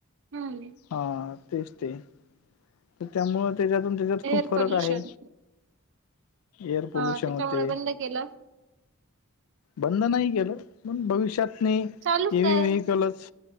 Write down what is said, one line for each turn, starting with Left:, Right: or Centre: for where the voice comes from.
Right: हम्म
Left: हा तेच ते तर त्यामुळ त्याच्यातून. त्याच्यात खूप
Right: एअर
Left: फरक
Right: पोल्युशन
Left: आहे एअर पोल्युशन
Right: हा त्याच्यामुळे
Left: होते.
Right: बंद केलं
Left: बंद नाही केलं पण भविष्यातनी.
Right: चालूच
Left: ही बी
Right: आहे
Left: वेहिकलच